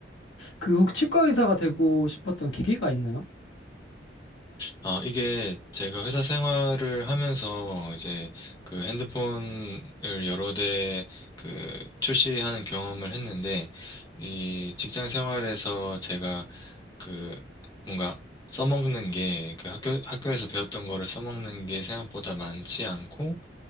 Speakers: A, on the left; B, on the left.
A: 그혹 치과 의사가 되고 싶었던 계기가 있나요?
B: 아, 이게 제가 회사 생활을 하면서 이제 그 핸드폰을 여러 대 그 출시하는 경험을 했는데 이 직장 생활에서 제가 그 뭔가 써먹는 게 그 학교, 학교에서 배웠던 거를 써먹는 게 생각보다 많지 않고